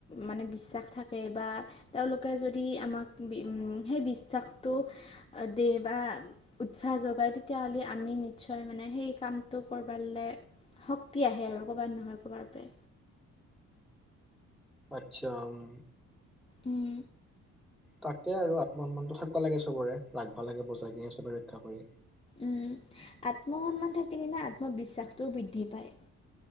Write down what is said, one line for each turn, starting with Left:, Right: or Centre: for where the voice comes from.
Left: মানে বিশ্বাস থাকে বা তেওঁলোকে যদি আমাক বি উম সেই বিশ্বাসটো। দিয়ে বা উৎসাহ যোগাই তেতিয়া হ'লে। আমি নিশ্চয় মানে সেই কামটো <unintelligible> শক্তি আহে আৰু ক'বাৰ নহয় ক'বাৰ পৰা।
Centre: আচ্ছা, উম।
Left: উম।
Centre: তাকে আৰু আত্মসন্মানটো থাকিব লাগে চবৰে ৰাখিব লাগে বজাই কিনে চবে ৰক্ষা কৰি।
Left: উম আত্মসন্মান থাকিলে না আত্মবিশ্বাসটোও বৃদ্ধি পায়।